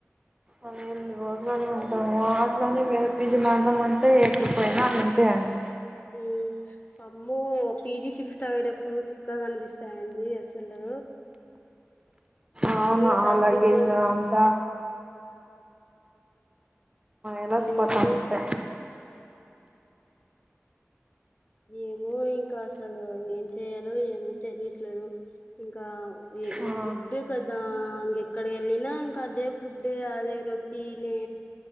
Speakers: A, on the right (about 20°); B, on the left (about 35°).
A: అద ఓట్లనే ఉంటాము అట్లానే వే విజమాదం అంటే ఎక్కడి పోయినా అంతే అండి
B: ఉ అమ్మ పీజి షిఫ్ట్ అయ్యేటప్పుడు చుక్కాగా కనిపిస్తాయండి అసలు అమ్మీ
A: అవును ఆ
B: సదుకు
A: లగేజ్ అంతా ఎలాకపోతాం
B: ఏను
A: అంతే
B: ఏమో ఇంకా అసలు ఏం చెయయాలో ఏమో తెలియట్లేదు ఇంకా ఇ
A: ఆ
B: ఇ ఫుడ్ కది రా ఇంక ఎక్కడికి వెళ్ళిన ఇంకా అదే ఫుడ్ అదే రొటీని